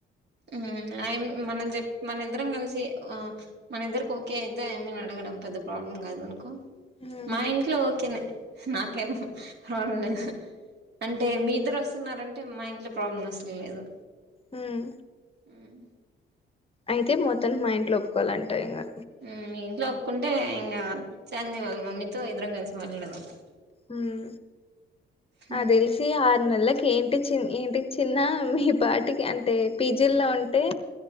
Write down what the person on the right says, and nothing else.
ఉం అ మనం చెప్ప మన ఇద్దరం కలిసి ఆ మన ఇద్దరికి ఓకే అయితే ఆ అన్నయను అడగడం పెద్ద ప్రాబ్లం కాదు అనుకో
మా ఇంట్లో ఓకేనే నాకేం ప్రాబ్లం లేదు అంటే మీ ఇద్దరు వస్తున్నారంటే మా ఇంట్లో ప్రాబ్లం అసలు లేదు
ఉం
హ్మ్ మీ ఇంట్లో ఒప్పుకుంటే ఇంగా చంది వాళ్ళ మమ్మీతో ఇద్దరం కలిసి మాట్లాడదాం
హ్మ్